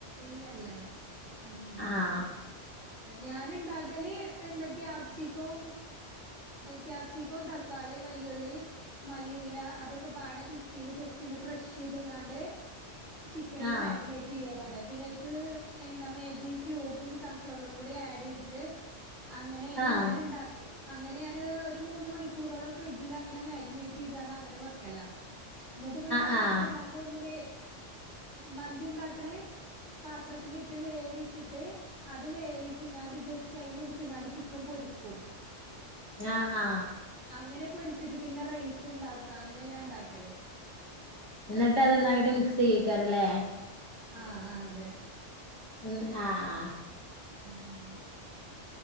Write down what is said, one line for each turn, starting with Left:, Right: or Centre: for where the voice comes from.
Right: ഇല്ലല്ല ഉം
Left: ആഹ്
Right: ഞാന് ഉണ്ടാക്കല് എന്താ ക്യാപ്സിക്കോം ക്യാപ്സിക്കോം തക്ക തക്കാളി വല്ലിയുള്ളി മല്ലിയില അതൊക്കെ പാട മിക്സിൽ ജസ്റ്റ് ഒന്ന് ക്രഷ് ചെയ്ത്ങ്ങാണ്ട് ചിക്കനില്
Left: ആഹ്
Right: മാഗിനേറ്റ് ചെയ്യലാണ് പിന്നെ അയിലേക്ക് എന്താ മേഗി ക്യൂബും സൺഫ്ലവറും കൂടി ആഡ് ചെയ്തിട്ട് അങ്ങനെയാണ്
Left: ആഹ്
Right: ഞാൻ ഉണ്ടാക്കിയേ അങ്ങനെ ഞാന് ഒരു മൂന്ന് മണിക്കൂറോളം ഫ്രിഡ്ജിൽ മാഗ്നേറ്റ് ചെയ്താണ് അങ്ങനെ വെക്കല എന്നിട്ട് പിന്നെ അത്
Left: ആഹ് ആഹ്
Right: എടുത്ത് കാന്ത് മന്തി ഉണ്ടാക്കണേ പാത്രത്തിലിട്ട് വേവിച്ചിട്ട് അത് വേവിച്ച് ഇങ്ങാണ്ട് ജസ്റ്റ് അയിന് എടുത്ത് ഇങ്ങാട്ട ചിക്കൻ പൊരിക്കും
Left: ആ ആ
Right: അങ്ങനെ പൊരിച്ചിട്ട് പിന്നെ റൈസ് ഉണ്ടാക്ക അങ്ങനെ ഞാൻ ഉണ്ടാക്കല്
Left: എന്നിട്ട് അതൊന്നായിട്ട് മിക്സ് ചെയ്യിക്കാരല്ലേ
Right: ആ ആ അതെ
Left: ഉം ആ ആ
Right: ഉം